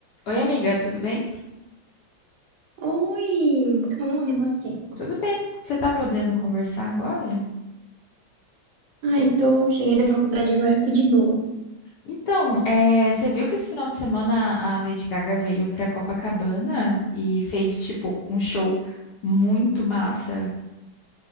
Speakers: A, on the left; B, on the right.
A: Oi, amiga, tudo bem?
B: Oi, tudo e você?
A: Tudo bem. Você tá podendo conversar agora?
B: Ai, tô, cheguei da faculdade agora, tô de boa.
A: Então, é, você viu que esse final de semana a Lady Gaga veio pra Copacabana e fez, tipo, um show muito massa?